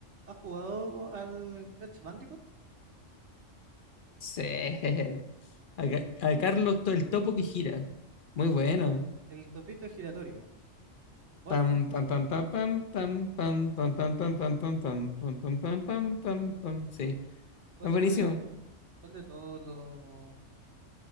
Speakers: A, on the right (about 65°); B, on the left (about 45°).
A: ¿Has jugado al Crash Bandicoot?
B: Sí. <laughs> A, Ca- a Carlos to- el topo que gira. Muy bueno.
A: El topito giratorio. Bueno,
B: Pam, pam, pam, pam, pam, pam, pam, pam, pam, pam, pam, pam, pam, pam, pam, pam, pam, pam, pam. Sí.
A: ¿y cuál
B: Es buenísimo.
A: de, cuál de todos los...